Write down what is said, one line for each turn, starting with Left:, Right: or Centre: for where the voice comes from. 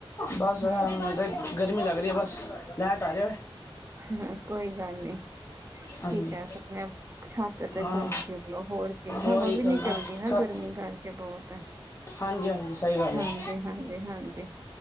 Left: ਬਸ ਯਾਰ
Right: ਹਮ
Left: ਹੁਣ ਤੇ ਗਰਮੀ ਲੱਗ ਰਹੀ ਹੈ, ਬਸ ਲੈਟ ਆ ਜਾਵੇ
Right: ਹਾਂ ਕੋਈ ਗੱਲ ਨੀ
Left: ਹਾਂਜੀ
Right: ਕੀ ਕਹਿ ਸਕਦੇ ਆ ਛੱਤ ਤੇ
Left: ਹਾਂ,
Right: ਘੁੰਮ ਫਿਰ ਲੋ ਹੋਰ ਕੀ ਹਵਾ
Left: ਉਹੀ
Right: ਵੀ
Left: ਗੱਲ
Right: ਨੀ
Left: ਨਾ,
Right: ਚਲਦੀ
Left: ਸੱਚ,
Right: ਗਰਮੀ ਕਰਕੇ ਬਹੁਤ ਹੈ
Left: ਹਾਂਜੀ ਹਾਂਜੀ। ਸਹੀ ਗੱਲ
Right: ਹਾਂਜੀ
Left: ਹੈ,
Right: ਹਾਂਜੀ ਹਾਂਜੀ